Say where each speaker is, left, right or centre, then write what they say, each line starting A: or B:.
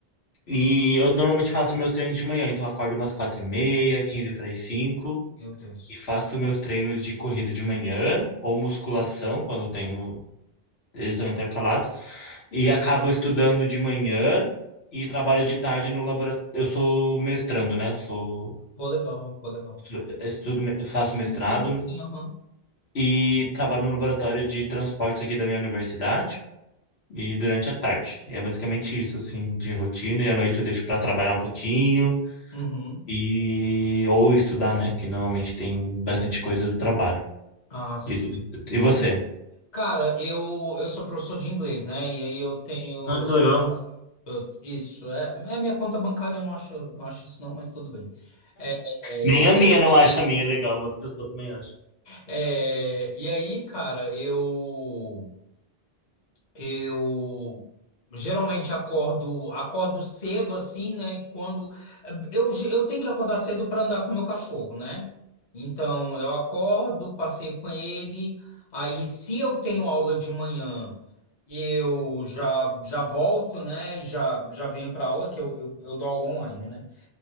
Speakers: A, on the left; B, on the left.
A: E eu normalmente faço meus treinos de manhã, então eu acordo umas quatro e meia, quinze para as cinco,
B: Meu Deus.
A: e faço meus treinos de corrida de manhã, ou musculação,
B: Hum.
A: quando eu tenho. Eles são intercalados. E acabo estudando de manhã e trabalho de tarde no laboratório. Eu sou mestrando, né? Eu sou.
B: Pô, legal, pô, legal.
A: sou- Estudo, me- faço mestrado
B: Sim, sim, sim, aham.
A: e trabalho no laboratório de transportes aqui da minha universidade e durante a tarde. E é basicamente isso, assim, de rotina. E à noite eu deixo para trabalhar um pouquinho
B: Uhum.
A: e ou estudar, né? Que normalmente tem bastante coisa do trabalho.
B: Ah, sim.
A: E, e você?
B: Cara, eu, eu sou professor de inglês, né? E aí eu tenho.
A: Ah, que legal.
B: Eu- Isso, é, é minha conta bancária, eu não acho, não acho isso não, mas tudo bem. É,
A: Nem
B: é,
A: a minha não acha a minha legal, mas outra pessoa também acha.
B: é, e aí, cara, eu eu geralmente acordo acordo cedo assim, né? Quando eu, eu tenho que acordar cedo para andar com o meu cachorro, né? Então eu acordo, passeio com ele. Aí, se eu tenho aula de manhã, eu já já volto, né? E já já venho para aula que eu, eu, eu dou aula online, né?